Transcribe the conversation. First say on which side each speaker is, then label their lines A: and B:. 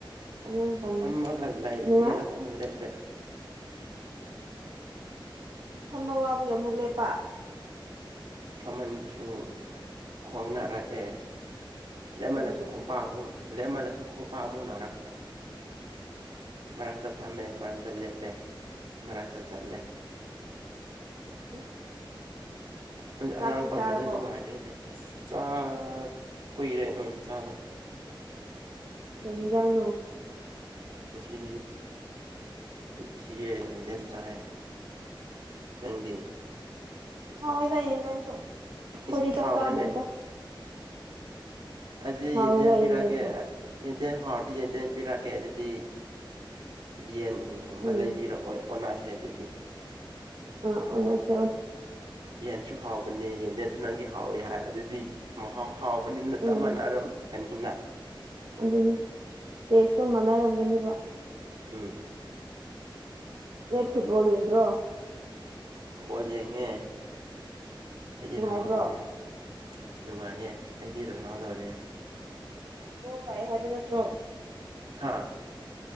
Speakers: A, on the right; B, on the right.
A: ꯑꯉꯥꯡ ꯄꯝ
B: ꯑꯃꯒ ꯂꯩꯏ
A: ꯅꯨꯡꯉꯥꯏ
B: ꯃ ꯃ ꯂꯩꯦ ꯄꯦ
A: ꯐꯝꯕꯋꯥꯕꯒꯤ ꯑꯃꯨꯛ ꯂꯦꯞꯄ
B: ꯐꯝꯍꯟꯕꯁꯨ ꯈꯣꯡꯅꯔꯛꯑꯦ ꯂꯃꯜꯂꯁꯨ
A: ꯎꯝ
B: ꯈꯣꯡꯄꯥꯛꯨ ꯂꯃꯜꯅꯁꯨ ꯈꯣꯡꯄꯥꯛ ꯑꯃꯨꯛ ꯅꯥꯔꯛꯇ ꯃꯔꯛꯇꯥ ꯐꯝꯃꯦ ꯃꯔꯛꯇꯥ ꯂꯦꯞꯄꯦ ꯃꯔꯛꯇ ꯆꯜꯂꯦ
A: <unintelligible> ꯆꯥꯛꯇꯤ
B: ꯑꯉꯥꯡ ꯄꯝꯕꯗ
A: ꯆꯥꯔꯕꯣ
B: ꯅꯨꯡꯉꯥꯏꯔꯦꯅꯦ ꯑꯁ ꯆꯥꯛ ꯀꯨꯏꯔꯦ ꯎꯝ ꯆꯥꯕ
A: ꯀꯩꯖꯎꯅꯣ
B: ꯉꯁꯤꯗꯤꯗꯤ ꯊꯤꯌꯦꯦꯦꯟꯗꯦꯟ ꯆꯥꯏꯦ ꯀꯪꯗꯤ
A: ꯍꯥꯎ ꯍꯣꯏꯗ ꯌꯦꯡꯁꯨ ꯑꯩꯣꯏꯗꯤ
B: ꯏꯁ ꯍꯥꯎꯕ꯭ꯔꯅꯦ
A: ꯆꯥꯛ ꯆꯥꯗꯔꯤꯗ
B: ꯑꯗꯨꯗꯤ
A: ꯍꯥꯎꯋꯦꯗ
B: ꯌꯦꯟꯗꯦꯝꯦꯝ ꯄꯤꯔꯛꯑꯀꯦ
A: ꯌꯦꯟꯗꯦꯝꯁꯨ
B: ꯌꯦꯟꯗꯦꯝ ꯍꯥꯎꯔꯗꯤ ꯌꯦꯟꯗꯦꯝ ꯄꯤꯔꯛꯀꯦ ꯑꯗꯨꯗꯤ ꯌꯦꯟꯒꯨꯝꯕ
A: ꯎꯝ
B: ꯂꯩꯕꯤꯔꯛꯑꯣ ꯑꯣꯁꯦ ꯑꯗꯨꯗꯤ
A: ꯑ ꯑꯣ
B: ꯌꯦꯟꯁꯨ ꯍꯥꯎꯕꯅꯦ ꯌꯦꯟ ꯌꯦꯟꯁꯨ ꯅꯪꯗꯤ ꯍꯥꯎꯋꯤ ꯍꯥꯏ ꯑꯗꯨꯗꯤ ꯃꯍꯥꯎ ꯍꯥꯎꯕꯅꯤꯅ ꯆꯞ
A: ꯎꯝ
B: ꯃꯥꯟꯅꯔꯝꯒꯅꯤꯅ
A: ꯑꯗꯨꯅꯦ ꯇꯦꯁꯇꯣ ꯃꯥꯟꯅꯔꯝꯒꯅꯤꯕ
B: ꯎꯝ ꯎꯃ
A: ꯇꯦ ꯐꯨꯠꯕꯣꯜ ꯌꯦꯟ꯭ꯔꯣ
B: ꯐꯨꯠꯕꯣꯜ ꯌꯦꯡꯉꯦ ꯑꯩꯗꯤ
A: ꯅꯨꯡꯉꯥꯏꯕ꯭ꯔꯣ
B: ꯔꯣꯅꯥꯜꯗꯣꯅꯦ ꯅꯨꯡꯉꯥꯏꯌꯦꯦ ꯑꯩꯗꯤ ꯔꯣꯅꯥꯜꯗꯣꯅꯦ
A: ꯑꯣ ꯇꯥꯏ ꯍꯥꯏꯕ ꯅꯠꯇ꯭ꯔꯣ
B: ꯍꯥꯥ